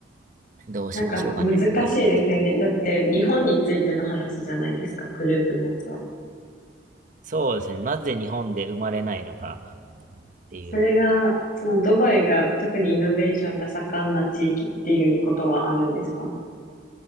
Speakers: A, on the right; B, on the left.
A: どうしましょうかねって感じ。
B: なんか難しいですよね。だって日本についての話じゃないですか、グループのやつは。
A: そうですね。なぜ日本で生まれないのかっていう、
B: それが、そのドバイが特にイノベーションが盛んな地域っていうことはあるんですか